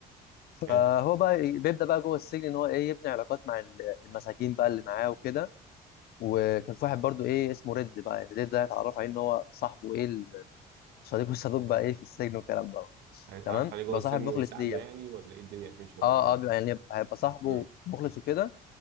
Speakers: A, on the left; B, on the right.
A: فهو
B: حلو
A: بقى ي- بيبدا بقى جوه السجن ان هو ايه يبني علاقات مع ال- المساجين بقى اللي معاه وكده وكان في واحد برضو ايه اسمه ريد بقى يعني ريد ده اتعرف عليه ان هو صاحبه ايه صديق والصدوق بقى ايه في السجن والكلام ده
B: هيتعرف
A: تمام
B: عليه جوه
A: بقى
B: السجن
A: صاحب مخلص
B: ويساعده
A: ليه يعني
B: يعني ولا ايه الدنيا هتمشي معاه
A: اه
B: ازاي
A: اه بيبقى يعني هيبقى صاحبه
B: مم.
A: مخلص وكده